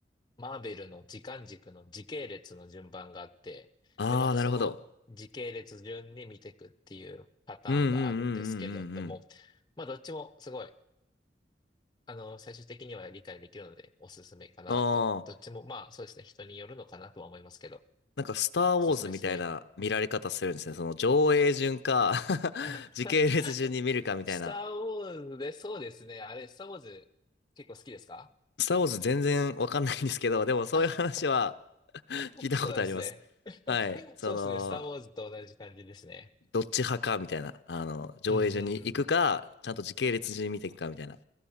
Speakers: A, on the left; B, on the left.
A: マーベルの時間軸の時系列の順番があって、
B: ああ、
A: で、またその時系列順に見ていくっていうパターンがあるんですけれども、
B: なるほど。うんうんうんうんうん
A: まあどっちもすごい、あの、最終的には理解できるのでおすすめかなと。
B: うん。ああ、
A: どっちもまあそうですね、人によるのかなとは思いますけど、
B: なんかスター・
A: おすすめですね。
B: ウォーズみたいな見られ方するんですね。その上映順か <laughs>
A: <laughs>
B: 時系列順に見るかみたいな。
A: スターウォーズで、そうですね。あれ、スターウォーズ結構好きですか
B: スター・ウォーズ全然わかんないんですけど、でもそういう話は
A: あ、
B: <laughs>
A: <laughs>
B: 聞いたことあります。
A: そうなんですね。<laughs>
B: はい。その、
A: そうですね。スターウォーズと同じ感じですね。
B: どっち派かみたいな。あの、上映順に行くか、
A: うん、うん、うん、うん。
B: ちゃんと時系列順に見ていくかみたいな。